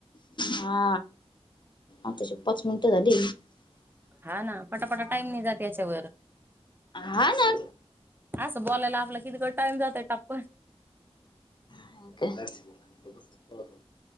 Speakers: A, on the left; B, on the right.
A: हा आताशी पाच मिनटं झाली
B: हा ना पटापटा टाईम नाही जात याच्यावर
A: हा ना
B: असं बोलायला आपला कितीक टाइम जातय टप्पन
A: <unintelligible>